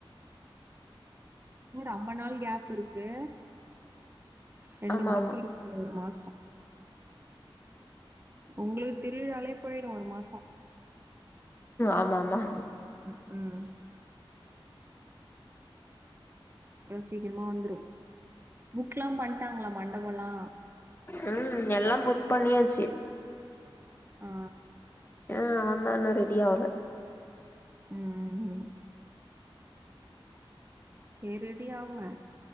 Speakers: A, on the right; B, on the left.
A: இன் ரொம்பநாள் கேப் இருக்கு ரெண்டு
B: ஆமா
A: மாசோ
B: ஆமா
A: இரு இல்ல ஒரு மாசோ ஒங்ளுக்கு திருவிழாலே போயிடு ஒரு மாசோ
B: ஆமா ஆமா
A: ம் ம் அப்றோ சீக்கிரமா வந்துரு புக்லா பண்ட்டாங்ளா மண்டபல்லா
B: ம் எல்லா புக் பண்ணியாச்சு
A: ஆ
B: ஆ அவன் தான் இன்னும் ரெடி ஆவ்ல
A: ம் உம் சேர் ரெடி ஆவுங்க